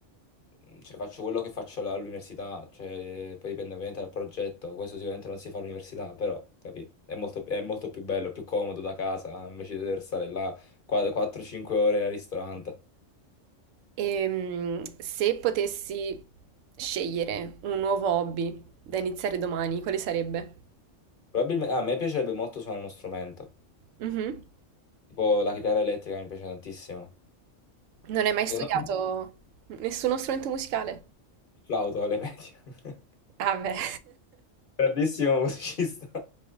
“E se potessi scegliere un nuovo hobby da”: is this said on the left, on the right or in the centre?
Right